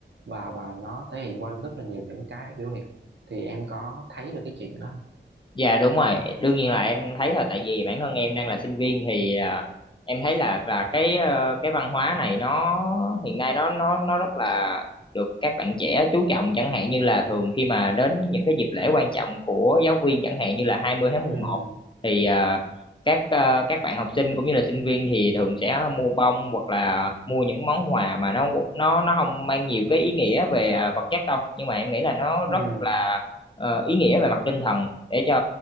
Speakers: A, on the right; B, on the left.
A: và và nó thể hiện qua rất là nhiều những cái biểu hiện thì em có thấy được cái chuyện đó không?
B: Dạ đúng rồi, đương nhiên là em thấy là tại vì bản thân em đang là sinh viên thì à, em thấy là là cái ờ, cái văn hóa này nó hiện nay nó nó nó rất là được các bạn trẻ chú trọng chẳng hạn như là thường khi mà đến những cái dịp lễ quan trọng của giáo viên chẳng hạn như là hai mươi tháng
A: ừ
B: mười một thì à, các ờ, các bạn học sinh cũng như là sinh viên thì thường sẽ mua bông hoặc là mua những món quà mà nó nó nó không mang nhiều cái ý nghĩa về à, vật chất đâu, nhưng mà em nghĩ là nó rất
A: ừ
B: là ờ, ý nghĩa về mặt tinh thần để cho